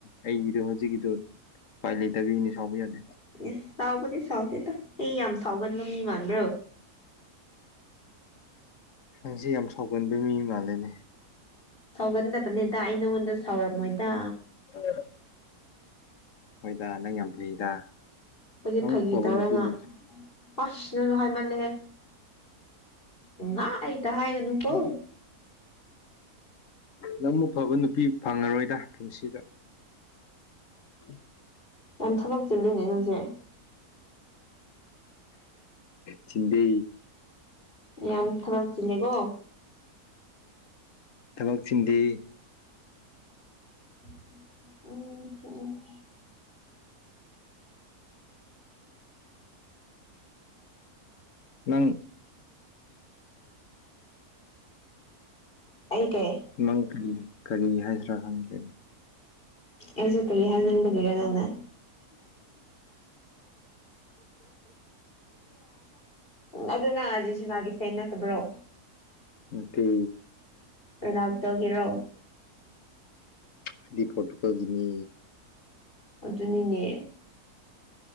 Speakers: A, on the left (about 60°); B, on the left (about 35°).
A: ꯑꯩꯒꯤꯗꯣ ꯍꯧꯖꯤꯛꯀꯤꯗꯣ ꯎꯄꯥꯏ ꯂꯩꯇꯕꯩꯅꯤ ꯁꯥꯎꯕ ꯌꯥꯗꯦ
B: ꯢꯁ ꯁꯥꯎꯕꯅꯤ ꯁꯥꯎꯗꯦꯗ ꯑꯩ ꯌꯥꯝ ꯁꯥꯎꯒꯟꯕ ꯃꯤ ꯃꯥꯟꯕ꯭ꯔꯣ
A: ꯅꯪꯖꯦ ꯌꯥꯝ ꯁꯥꯎꯒꯟꯕ ꯃꯤ ꯃꯥꯜꯂꯦꯅꯦ
B: ꯁꯥꯎꯒꯟꯗꯕꯅꯦꯗ ꯑꯩ ꯅꯪꯉꯣꯟꯗ ꯁꯥꯎꯔꯝꯃꯣꯏꯗ
A: <inaudible> ꯍꯣꯏꯗ ꯅꯪ ꯌꯥꯝ ꯐꯩꯗ
B: ꯑꯩꯗꯤ
A: ꯅꯪ
B: ꯐꯥꯒꯤ
A: ꯑꯐꯕ
B: ꯇꯧꯔꯒ
A: ꯅꯨꯄꯤ ꯂꯩꯇ꯭ꯔꯦ
B: ꯑꯁ ꯅꯪ ꯍꯥꯏꯃꯜꯂꯦꯍ ꯄꯨꯡꯌꯥꯢꯇ ꯍꯥꯏꯒꯅꯨ ꯀꯣ
A: ꯅꯪ ꯅꯪꯃꯨꯛ ꯐꯕ ꯅꯨꯄꯤ ꯐꯪꯉꯔꯣꯏꯗ ꯄꯨꯟꯁꯤꯗ <inaudible>
B: ꯌꯥꯝ ꯊꯕꯛ ꯆꯤꯜꯂꯤꯅꯦ ꯅꯪꯖꯦ
A: ꯆꯤꯟꯗꯦ
B: ꯌꯥꯝ ꯊꯕꯛ ꯆꯤꯜꯂꯦꯀꯣ
A: ꯊꯕꯛ ꯆꯤꯟꯗꯦ
B: <unintelligible>
A: ꯅꯪ
B: ꯑꯩ ꯀꯩ
A: ꯅꯪ ꯀꯔꯤ ꯀꯔꯤ ꯍꯥꯏꯁꯤ꯭ꯔꯥ ꯈꯪꯗ꯭ꯔꯦꯅꯦ
B: ꯑꯦꯖꯦ ꯀꯔꯤ ꯍꯥꯢꯅꯤꯡꯕꯒꯤꯔ ꯅꯪꯅ ꯑꯗꯨ ꯅꯪ ꯑꯥꯔꯖꯦꯟꯇꯤꯅꯥꯒꯤ ꯐꯦꯟ ꯅꯠꯇꯕ꯭ꯔꯣ
A: ꯅꯠꯇꯦ
B: ꯔꯣꯅꯥꯜꯗꯣꯒꯤꯔꯣ
A: ꯑꯩꯗꯤ ꯄꯣꯔꯇꯨꯀꯒꯜꯒꯤꯅꯦ
B: ꯑꯗꯨꯅꯤꯅꯦ